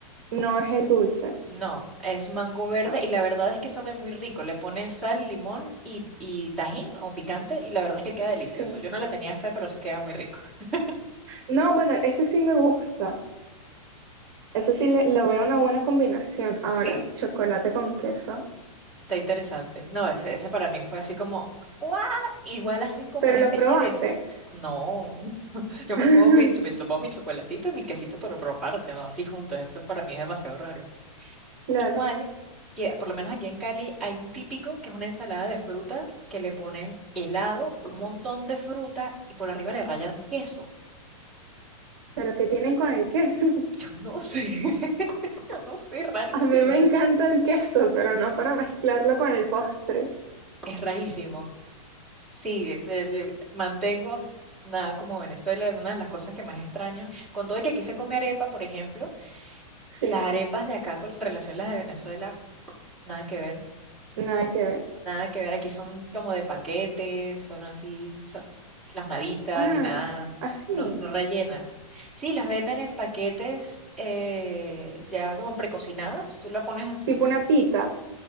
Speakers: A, on the right; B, in the centre.
A: no es el dulce.
B: No, es mango verde
A: Ah,
B: y la verdad es que sabe muy rico. Le pones sal, limón y, y tajín o picante y la verdad es que queda delicioso.
A: sí.
B: Yo no le tenía fe, pero sí queda muy rico. <laughs>
A: No, bueno, ese sí me gusta. Eso sí le, lo veo una buena combinación.
B: Sí,
A: Ahora, chocolate con queso.
B: está interesante. No, ese, ese para mí fue así como, ¿what? Igual hacen como
A: Pero
B: una
A: lo
B: especie
A: probaste.
B: de... s- No, <laughs> yo me
A: <laughs>
B: como mi, ch- me tomo mi chocolatito y mi quesito, pero por aparte, ¿no? Así juntos, eso es para mí es demasiado raro.
A: Claro.
B: Igual que por lo menos aquí en Cali hay un típico que es una ensalada de frutas que le ponen helado, un montón de fruta y por arriba le rayan queso.
A: ¿Pero qué tienen con el queso?
B: <laughs> Yo no sé, <laughs> yo no sé, rarísimo.
A: <laughs> A mí me encanta el queso, pero no para mezclarlo con el postre.
B: Es rarísimo. Sí, eh, eh, yo mantengo nada como Venezuela, es una de las cosas que más extraño. Con todo y que aquí se come arepa, por ejemplo,
A: Sí,
B: las arepas de acá con en relación a las de Venezuela, nada que ver.
A: nada que ver.
B: Nada que ver, aquí son como de paquetes, son así, son plasmaditas,
A: Ah,
B: en nada,
A: así,
B: no, no rellenas. Sí, las venden en paquetes eh, ya como precocinadas, tú la pones en tu...
A: tipo una pita.